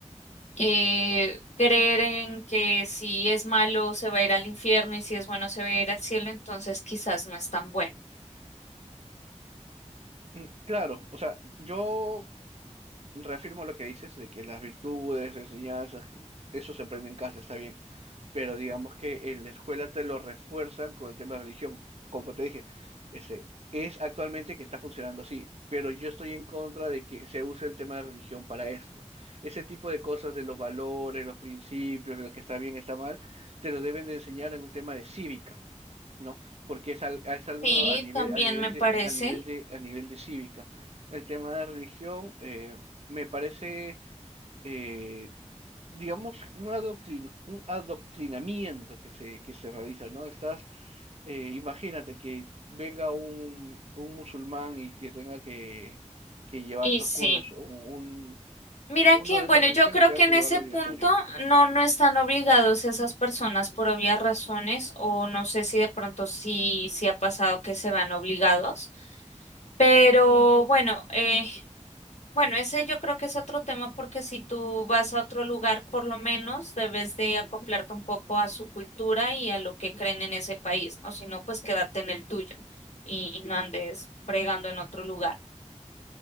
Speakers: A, on the left (about 70°); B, on the right (about 60°).
A: eh, creer en que si es malo se va a ir al infierno y si es bueno se va a ir al cielo, entonces quizás no es tan bueno.
B: Mm, Claro, o sea, yo reafirmo lo que dices de que las virtudes, enseñanzas, que- que eso se aprende en casa, está bien pero digamos que en la escuela te lo refuerzan con el tema de religión. Como te dije, este, es actualmente que está funcionando así, pero yo estoy en contra de que se use el tema de religión para esto. Ese tipo de cosas de los valores, los principios, lo que está bien, está mal, te lo deben de enseñar en un tema de cívica. ¿no? Porque es, al- es algo
A: Sí,
B: a nivel,
A: también
B: a nivel
A: me
B: de,
A: parece.
B: a nivel de, a nivel de cívica. El tema de religión eh, me parece eh, digamos, un adoctrin- un adoctrinamiento que se, que se realiza, ¿no? Estás, eh, imagínate que venga un, un musulmán y que tenga que, que llevar
A: Y
B: esos
A: sí.
B: cursos, o un,
A: Mira
B: un- uno
A: que,
B: de
A: bueno,
B: otra religión
A: yo creo
B: y tenga
A: que en
B: que llevarlo
A: ese
B: obligatorio.
A: punto no, no están obligados esas personas por obvias razones, o no sé si de pronto sí, sí ha pasado que se van obligados, pero bueno, eh, bueno, ese yo creo que es otro tema porque si tú vas a otro lugar, por lo menos debes de acoplarte un poco a su cultura y a lo que creen en ese país, o si no, pues quédate en el tuyo y, y no andes fregando en otro lugar.